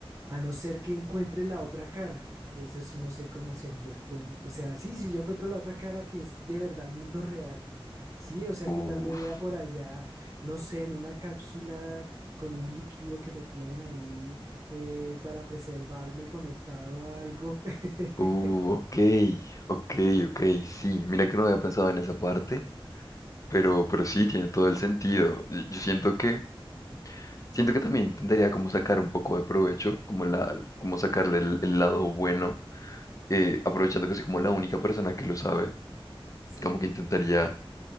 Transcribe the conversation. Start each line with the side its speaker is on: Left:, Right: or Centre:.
Right: a no ser que encuentre la otra cara, que eso sí no sé cómo sería, cómo- o sea, sí, si yo encuentro la otra cara que es de verdad el mundo real, sí, o sea,
Left: Uf,
Right: que tal me vea por allá, no sé, en una cápsula con un líquido que me tienen ahí eh, para preservarme conectado a algo. <laughs>
Left: uh, ok, ok, ok, sí, mira que no había pensado en esa parte, pero, pero sí, tiene todo el sentido. Y Yo siento que, siento que también intentaría como sacar un poco de provecho, como la, como sacarle el, el lado bueno eh, aprovechando que soy como la única persona que lo sabe,
Right: Sí,
Left: como que intentaría,